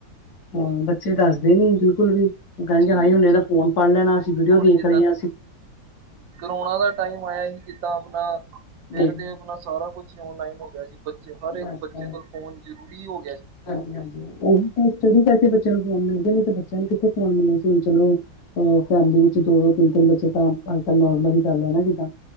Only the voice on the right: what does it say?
ਹਾਂਜੀ
ਹੁਣ
ਜਿੱਦਾਂ
ਕਰੋਨਾ ਦਾ ਟਾਈਮ ਆਇਆ ਸੀ ਜਿੱਦਾਂ ਆਪਣਾ ਫੇਰ
ਤੇ ਆਪਣਾ ਸਾਰਾ ਕੁਛ ਹੀ ਔਨਲਾਈਨ ਹੋ ਗਿਆ ਸੀ ਬੱਚੇ ਹਰ
ਇੱਕ ਬੱਚੇ
ਕੋਲ ਫ਼ੋਨ ਜ਼ਰੂਰੀ ਹੋ ਗਿਆ ਸੀ ਉਸ ਟਾਈਮ
ਤੇ।